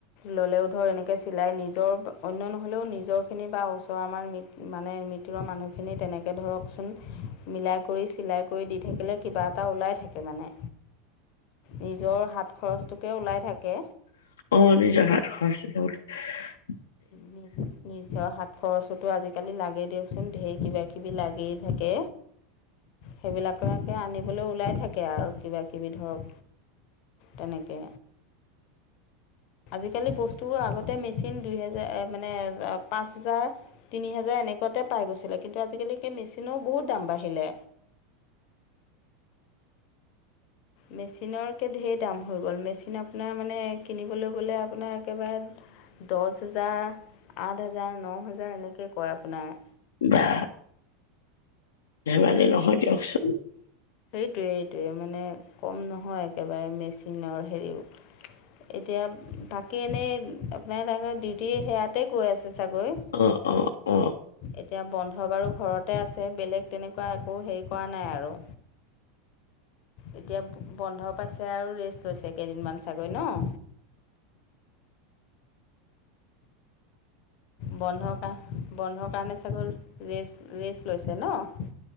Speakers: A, on the left (about 55°); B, on the left (about 80°).
A: ল'লেও ধৰ এনেকে চিলাই নিজৰ অন্য নহ'লেও নিজৰখিনি বা ওচৰ আমাৰ ম মানে ম মিতিৰৰ মানুহখিনি তেনেকে ধৰকচোন মিলাই কৰি চিলাই কৰি দি থাকিলে কিবা এটা ওলাই থাকে মানে। নিজৰ হাত খৰচটোকে ওলাই থাকে।
B: অ নিজৰ হাত খৰচটো <unintelligible>
A: নিজ নিজৰ হাত খৰচতো আজি-কালি লাগেই দিয়কচোন, ধেই কিবা-কিবি লাগেই। থাকে সেইবিলাককে আনিবলে ওলাই থাকে আৰু কিবা-কিবি ধৰক তেনেকে। আজি-কালি বস্তু আগতে মেচিন দুহেজাৰ মানে এ <unintelligible> পাঁচ হাজাৰ, তিনি হাজাৰ এনেকুৱাতে পাই গৈছিলে। কিন্তু আজি-কালি সেই মেচিনৰো বহুত দাম বাঢ়িলে। মেচিনৰকে ঢেৰ দাম হৈ গ'ল। মেচিন আপোনাৰ মানে কিনিবলে গ'লে আপোনাৰ একেবাৰে দছ হেজাৰ, আঠ হেজাৰ, ন হেজাৰ এনেকৈ কয় আপোনাৰ।
B: বা ধেমালি নহয় দিওকচোন।
A: সেইটোৱেই, এইটোৱে মানে কম নহয় একেবাৰে মেচিনৰ হেৰিও এতিয়া বাকী এনেই আপোনাৰ তাতে ডিউটি সেয়াতে গৈ আছে চাগৈ?
B: অ অ। অ
A: এতিয়া বন্ধ বাৰু ঘৰতে আছে। বেলেগ তেনেকুৱা একো হেৰি কৰা নাই আৰু। এতিয়া বন্ধ পাইছে আৰু ৰেষ্ট লৈছে কেইদিনমান চাগৈ ন? বন্ধৰ কাৰ বন্ধৰ কাৰণে চাগৈ ৰেষ্ট ৰেষ্ট লৈছে ন?